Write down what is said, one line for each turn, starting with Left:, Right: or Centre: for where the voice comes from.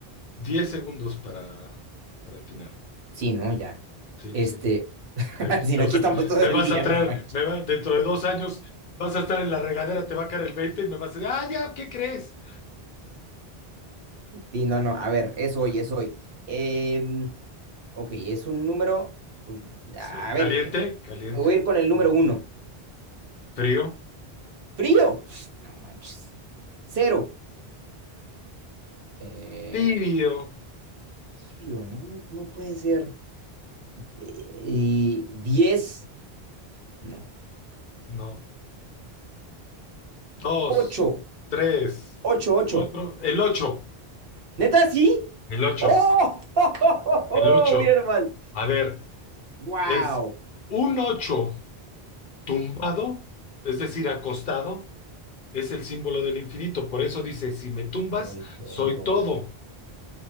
Left: 10 segundos para, para atinar.
Right: Sí, no, ya.
Left: Sí,
Right: Este,
Left: pues sí,
Right: <laughs>
Left: te quito.
Right: si no,
Left: O
Right: aquí
Left: sea,
Right: estamos todo
Left: me
Right: el
Left: vas
Right: día,
Left: a traer,
Right: no manches.
Left: me va, dentro de dos años vas a estar en la regadera, te va a caer el veinte y me vas a decir, ah, ya, ¿qué crees?
Right: Sí, no, no, a ver, es hoy,
Left: Ah,
Right: es hoy. Em, ok, es un número, pues,
Left: sí,
Right: a
Left: Caliente,
Right: ver,
Left: caliente,
Right: me voy a ir con el número
Left: caliente.
Right: uno.
Left: Frío,
Right: Frío. No manches. Cero. Eh,
Left: tibio.
Right: tibio, no, no no puede ser. Y diez. No.
Left: No. Dos,
Right: Ocho.
Left: tres,
Right: Ocho, ocho.
Left: cuatro, el ocho,
Right: ¿Neta sí?
Left: el ocho,
Right: ¡Oh! <laughs> ¡Oh, oh, oh,
Left: el ocho.
Right: oh! Mira nomás.
Left: A ver,
Right: ¡Wow!
Left: es un ocho tumbado, es decir, acostado es el símbolo del infinito. Por eso dice, si me tumbas,
Right: Soy todo.
Left: soy todo.